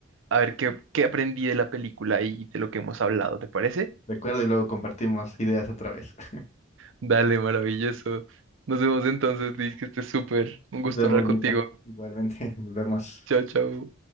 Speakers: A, on the right; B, on the left.
A: a ver qué, qué aprendí de la película y de lo que hemos hablado, ¿te parece?
B: y luego compartimos ideas otra vez. <laughs>
A: Dale, maravilloso. Nos vemos entonces, Liz, que estés súper. Un
B: Nos
A: gusto
B: vemos,
A: hablar contigo.
B: Nico. Igualmente, <laughs> nos vemos.
A: Chao, chao.